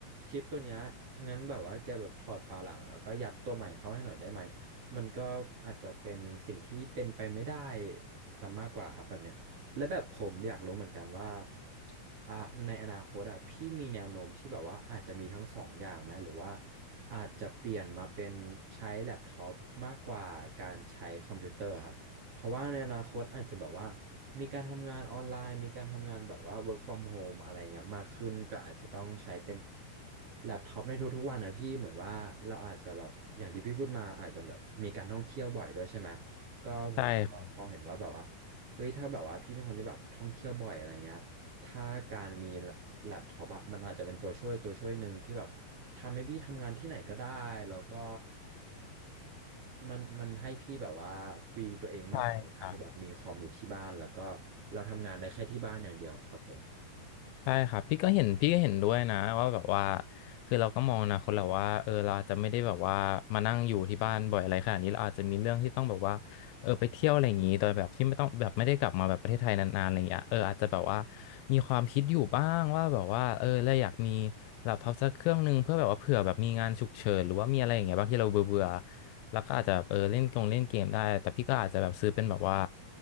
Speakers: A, on the right (about 45°); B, on the left (about 85°).
A: ชิปตัวเนี้ยงั้นแบบว่าแกแบบถอดฝาหลังแล้วก็ยัดตัวใหม่เข้าให้หน่อยได้ไหมมันก็อาจจะเป็นสิ่งที่เป็นไปไม่ได้ซะมากกว่าครับแบบเนี้ย และแบบผมอยากรู้เหมือนกันว่าอ่ะในอนาคตอ่ะพี่มีแนวโน้มที่แบบว่าอาจจะมีทั้งสองอย่างไหมหรือว่าอาจจะเปลี่ยนมาเป็นใช้แล็ปท็อปมากกว่าการใช้คอมพิวเตอร์ครับเพราะว่าในอนาคตอาจจะแบบว่ามีการทำงานออนไลน์มีการทำงานแบบว่า work from home อะไรเงี้ยมากขึ้นก็อาจจะต้องใช้เป็นแล็ปท็อปในทุกๆวันนะพี่เหมือนว่าเราอาจจะแบบอย่างที่พี่พูดมาอาจจะแบบมีการท่องเที่ยวบ่อยด้วยใช่ไหมก็ผมก็มองเห็นว่าแบบว่า
B: ใช่
A: เฮ้ยถ้าแบบว่าพี่เป็นคนที่แบบท่องเที่ยวบ่อยอะไรเงี้ยถ้าการมีแล็ปท็อปอะมันอาจจะเป็นตัวช่วยตัวช่วยหนึ่งที่แบบทำให้พี่ทำงานที่ไหนก็ได้แล้วก็มันมันให้พี่แบบว่าฟรีตัวเองมากกว่าการที่แบบมีคอมอยู่ที่บ้านแล้วก็
B: ใช่ครับ
A: เราทำงานได้แค่ที่บ้านอย่างเดียวครับผม
B: ใช่ครับพี่ก็เห็นพี่ก็เห็นด้วยนะว่าแบบว่าคือเราก็มองอนะคนเราว่าเออเราอาจจะไม่ได้แบบว่ามานั่งอยู่ที่บ้านบ่อยอะไรขนาดนี้เราอาจจะมีเรื่องที่ต้องแบบว่าเออไปเที่ยวอะไรอย่างนี้โดยแบบที่ไม่ต้องแบบไม่ได้กลับมาแบบประเทศไทยนานๆอะไรอย่างเงี้ยเอออาจจะแบบว่ามีความคิดอยู่บ้างว่าแบบว่าเออเราอยากมีแล็ปท็อปสักเครื่องหนึ่งเพื่อแบบว่าเผื่อแบบมีงานฉุกเฉินหรือว่ามีอะไรอย่างเงี้ยบางที่เราเบื่อๆ แล้วก็อาจจะเออเล่นกงเล่นเกมได้แต่พี่ก็อาจจะแบบซื้อเป็นแบบว่า